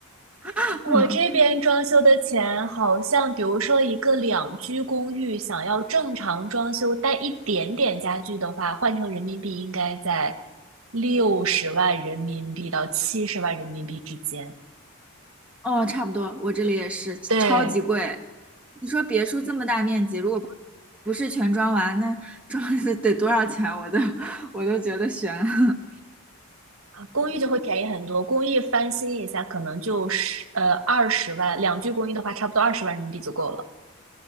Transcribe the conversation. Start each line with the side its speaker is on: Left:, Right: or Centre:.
Centre: <laughs>
Right: 我这边装修的钱好像，
Centre: 嗯。
Right: 比如说一个两居公寓，想要正常装修带一点点家具的话，换成人民币应该在六十万人民币到七十万人民币之间。
Centre: 哦，差不多，我这里也是超级贵。
Right: 对，
Centre: 你说别墅这么大面积，如果不不是全装完，那装 <laughs> 得多少钱？我都我都觉得悬了
Right: 啊公寓就会便宜很多，公寓翻新一下可能就十呃二十万，两居公寓的话差不多二十万人民币就够了。